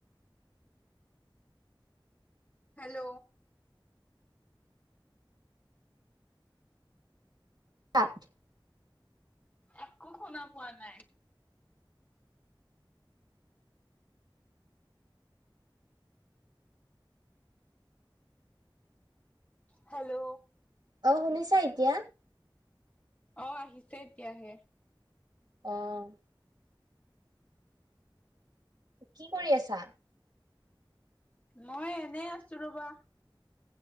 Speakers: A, on the left (about 15°); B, on the right (about 55°).
A: হেল্ল'।
B: <inaudible>
A: একো শুনা পোৱা নাই। হেল্ল'।
B: অ', শুনিছা এতিয়া?
A: অ', আহিছে এতিয়াহে।
B: অ'। কি কৰি আছা?
A: মই এ এনেই আছো ৰ'বা।